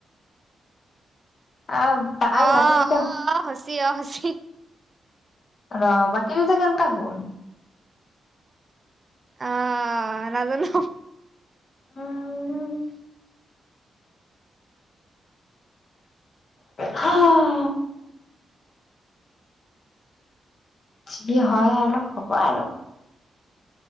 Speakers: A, on the left; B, on the right.
A: আহ আৰু
B: আহ
A: বাকী দুটা
B: অ হচি আহ হচ
A: ৰ বাকীটো যে কেনেকুৱা হ'ল
B: আহ নাজানে
A: উ <unintelligible> হ <unintelligible> যি হয় আৰু হ'ব আৰু